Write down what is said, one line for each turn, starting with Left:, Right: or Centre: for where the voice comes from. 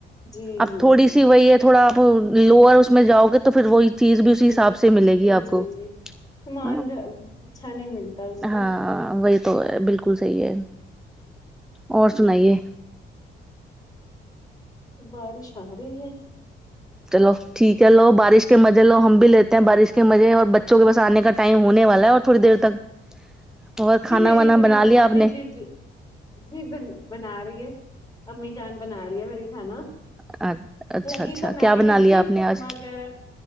Left: جی
Centre: اب
Left: جی
Centre: تھوڑی سی وہی ہے تھوڑا آپ لوور اس میں جاؤ گے تو پھر وہ ہی چیز بھی
Left: جی
Centre: اسی حساب سے ملے
Left: جی
Centre: گی آپ
Left: جی
Centre: کو
Left: جی سامان
Centre: ہاں
Left: گھر اچھا نہیں ملتا اس
Centre: ہاں
Left: کا
Centre: وہی تو ہے بالکل بالکل سحیح ہے اور
Left: جی
Centre: سنائیے
Left: بارش آ رہی ہے
Centre: چلو ٹھیک ہے لو بارش کے مزے لو ہم بھی لیتے ہیں بارش کے مزے اور بچوں کے بس آنے کا ٹائم ہونے والا ہے اور تھوڑی دیر تک اور
Left: جی
Centre: کھانا
Left: میری
Centre: وانا
Left: گڑیا
Centre: بنا لیا آپ
Left: جی
Centre: نے
Left: جی جی جی بن بنا رہی ہے امی جان بنا رہی ہے میری کھانا
Centre: اچھا
Left: لگی
Centre: اچھا
Left: تو میں
Centre: کیا
Left: ہی
Centre: بنا
Left: ہوئی
Centre: لیا
Left: تھی
Centre: آپ نے آج
Left: مگر